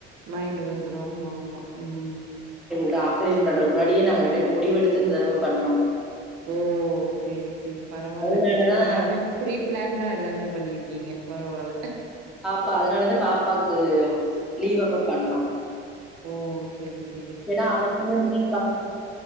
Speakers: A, on the right; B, in the centre.
A: மைண்ட் வந்த் துரு ஆமா ஆமா ம்
B: ட ஆப்ரேஷன் பண்ற முன்னாடியே நாங்க ரெண்டு பேரு முடிவு எடுத்து இந்தரவு பண்ணோ
A: ஓ சேரி சேரி பரவால்ல
B: அதனால தான்
A: எல்லாமே ப்ரீ பிளான்தா எல்லாமே பண்ணிருக் க்கீங்க பரவால்ல
B: ப்ப அதனாலதா பாப்பாக்கு லீவ் அப்ப பண்ணோ
A: ஓ சேரி சே
B: ஏனா அவ சொல்லி பாத்தே